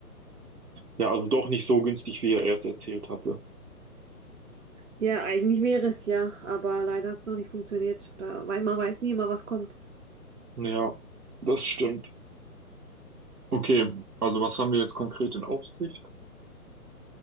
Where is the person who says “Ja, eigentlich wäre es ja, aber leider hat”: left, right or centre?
Right